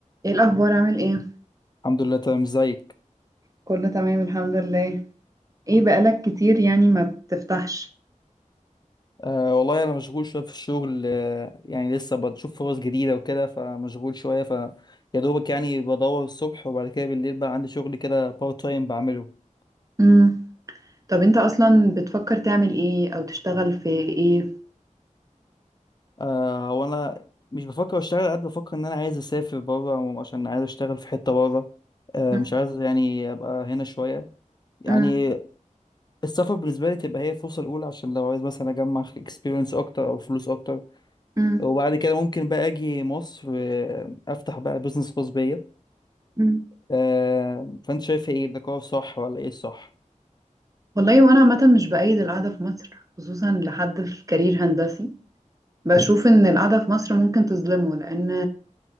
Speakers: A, on the right; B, on the left.
A: ايه الاخبار عامل ايه
B: الحمد لله تمام ازيك
A: كله تمام الحمد لله ايه بقالك كتير يعني ما بتفتحش
B: أه والله انا مشغول شويه في الشغل أه يعني لسه بشوف فرص جديده وكده فمشغول شويه ف يا دوبك يعني بدور الصبح وبعد كده بالليل بقى عندي شغل كده بارت تايم بعمله
A: امم طب انت اصلا بتفكر تعمل ايه او تشتغل في ايه
B: أه وانا مش بفكر اشتغل قد بفكر ان انا عايز اسافر بره عشان عايز اشتغل في حته بره أه
A: مم.
B: مش عايز يعني ابقى هنا شويه يعني
A: مم.
B: السفر بالنسبه لي تبقى هي الفرصه الاولى عشان لو عايز مثلا اجمع اكسبيرينس اكتر او فلوس اكتر
A: مم.
B: وبعد كده ممكن بقى اجي مصر أه، افتح بقى بزنس خاص بيا
A: مم.
B: آه، فانت شايف ايه ده قرار صح ولا ايه الصح
A: والله وانا عامه مش بأيد القعده في مصر خصوصا لحد في كارير هندسي بشوف ان القعده في مصر ممكن تظلمه لان